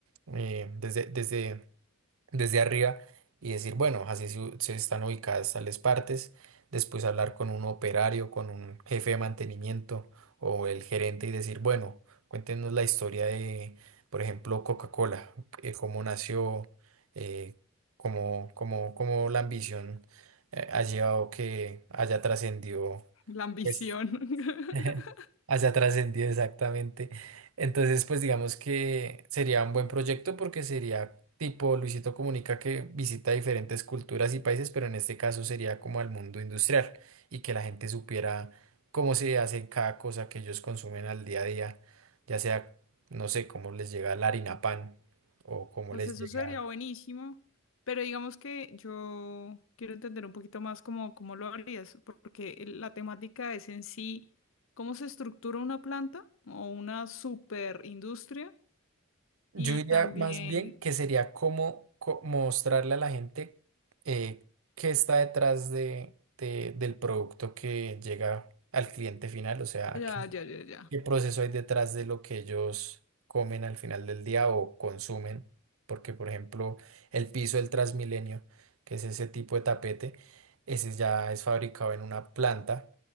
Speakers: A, on the right; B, on the left.
A: eh, desde, desde desde arriba y decir, bueno, así se, se están ubicadas tales partes, después hablar con un operario, con un jefe de mantenimiento o el gerente y decir, bueno, cuéntenos la historia de, por ejemplo, Coca-Cola, eh, cómo nació, eh, cómo, cómo- cómo la ambición eh, ha llevado que haya trascendido.
B: La ambición.
A: Pues
B: <laughs>
A: <laughs> Hacia trascendido, exactamente. Entonces, pues digamos que sería un buen proyecto porque sería tipo Luisito Comunica que visita diferentes culturas y países, pero en este caso sería como al mundo industrial y que la gente supiera cómo se hace cada cosa que ellos consumen al día a día, ya sea, no sé, cómo les llega la harina pan o cómo
B: Pues
A: les
B: eso
A: llega
B: sería buenísimo. Pero digamos que yo quiero entender un poquito más cómo, cómo lo harías, porque el- la temática es en sí cómo se estructura una planta o una superindustria
A: Yo
B: y
A: diría
B: también...
A: más bien que sería como, co- mostrarle a la gente eh, qué está detrás de, de- del producto que llega al cliente final, o sea,
B: Ya,
A: qué,
B: ya, ya, ya.
A: ¿Qué proceso hay detrás de lo que ellos comen al final del día o consumen? Porque, por ejemplo, el piso del Transmilenio, que es ese tipo de tapete, ese ya es fabricado en una planta